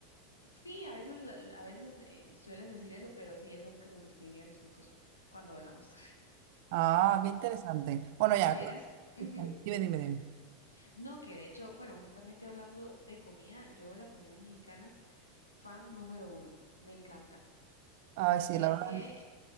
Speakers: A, on the left; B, on the right.
A: Sí, a veces, la- a veces eh, suelen decir eso, pero sí, eso es lo que nos distingue a los ticos cuando hablamos.
B: Ah, qué interesante. Bueno,
A: <laughs>
B: ya,
A: Vieras,
B: cu-
A: ujú,
B: dime, dime, dime.
A: No, que de hecho, bueno, justamente hablando de comida, yo la comida mexicana Fan número uno, me encanta.
B: Ay, sí,
A: Y
B: la
A: es
B: verdad.
A: que